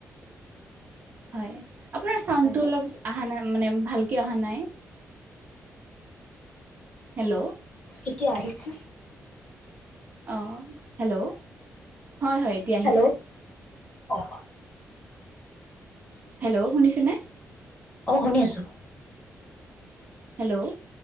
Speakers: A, on the right; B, on the left.
A: হয় আপোনাৰ চাউণ্ডটো
B: হয়নে
A: অলপ অহা নাই মানে ভালকে অহা নাই। হেল্লো।
B: এতিয়া আহিছে।
A: অ' হেল্লো', হয়, হয়। এতিয়া আহিছে
B: হেল্লো' অ'।
A: হেল্লো' শুনিছেনে।
B: অ' শুনি আছো।
A: হেল্লো'